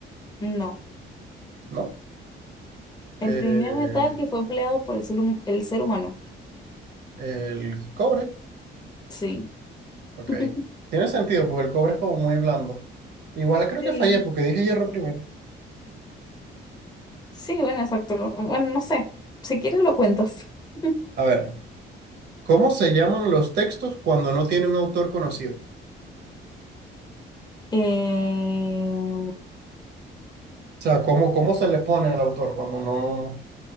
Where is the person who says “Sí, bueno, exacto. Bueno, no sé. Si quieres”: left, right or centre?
Left